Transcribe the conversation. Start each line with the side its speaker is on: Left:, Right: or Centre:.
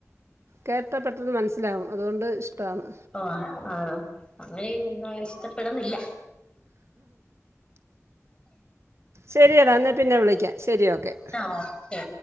Right: കേട്ടാൽ പെട്ടെന്ന് മനസ്സിലാവും അതുകൊണ്ട് ഇഷ്ടമാണ്
Left: ഓഹ് ആണോ തമിഴ് ഒന്നും അങ്ങനെ ഇഷ്ടപ്പെട്ന്നില്ല
Right: ശരിയടാ എന്നാ പിന്നെ വിളിക്കാം ശരി ഓക്കെ
Left: ആ ഓക്കെ